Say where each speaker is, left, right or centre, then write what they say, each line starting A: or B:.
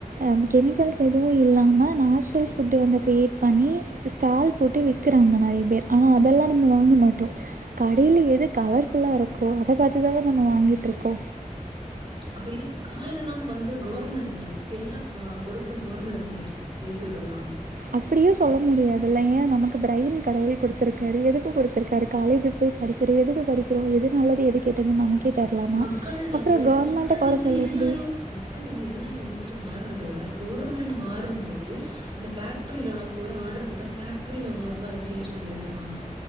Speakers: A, on the right; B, on the right.
A: அம் கெமிக்கல்ஸ் எதுவு இல்லாம நேச்சுரல் ஃபுட்டு வந்து கிரியேட் பண்ணி ஸ்டால் போட்டு விக்குறாங்க நறைய பேர் ஆனா அதல்லா நம்ம வாங்க மாட்டோ கடைல எது கலர்ஃபுல்லா இருக்கோ அத பாத் த்துதான நம்ம வாங்கிட்ருக்கோ
B: அப்ப இதுக்கு காரணம் வந்து கவர்மெண்ட் தானே இதுக்கு எல்லா ப பொறுப்பு கொவுர்மண்டு தானே ஏத்துக்கிடலா
A: அப்டியு சொல்ல முடியாதுல்ல ஏ நமக்கு பிரைன் கடவுள் குட்த்துருக்காரு எதுக்கு குடுத்துருக்காரு காலேஜ் ல போய் படிக்கிற எதுக்கு படிக்கிறோ எது நல்லது எது கெட்டதுன்னு நமக்கே தெரிலனா
B: மக்கள் வந்து
A: அப்புறம் கவர்மெண்ட்டை
B: மக்கள்
A: குறை
B: வந்து
A: சொல்லி
B: எல்லாரு
A: எப்படி
B: மக்கள் வந்து எல்லாரு யோசிச்சு மார்றத விட கொவுர்மண் மாறும்போது அந்த ஃபேக்ட்ரீல உள்ளவங் பூரா ஆடர் போட்டா ஃபேக்ட்ரீல உல்லவுங்க அத ச்சேன்ஞ் பண்ணி தானே ஆஹனு